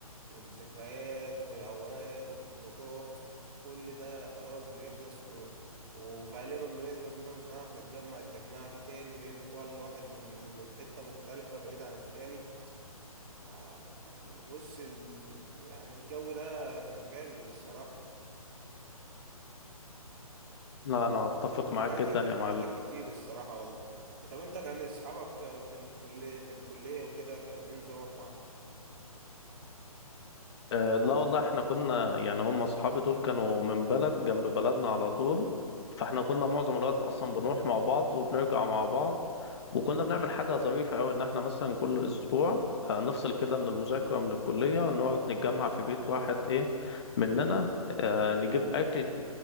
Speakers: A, on the right; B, on the left.
A: والذكريات والاوقات والخروجات كل ده خلاص بيخلص و... وغالبا بنسبة كبيرة مش هنعرف نتجمع التجميعة دي تاني لأن كل واحد من من حتة مختلفة بعيد عن التاني ف يعني بص ال... يعني الجو ده كان جامد الصراحة
B: لا أنا أتفق
A: وفايتك
B: معاك جدا يا معلم
A: فايتك كتير الصراحة والله طب انت كان اصحابك في الكلية في الكلية وكده كان ايه نظامك معاهم؟
B: أه لا والله إحنا كنا يعني هم أصحابي دول كانوا من بلد جنب بلدنا على طول فإحنا كنا معظم الوقت أصلا بنروح مع بعض وبنرجع مع بعض وكنا بنعمل حاجة ظريفة أوي إن إحنا مثلا كل أسبوع آه، نفصل كده من المذاكرة من الكلية ونقعد نتجمع في بيت واحد إيه مننا آه، نجيب أكل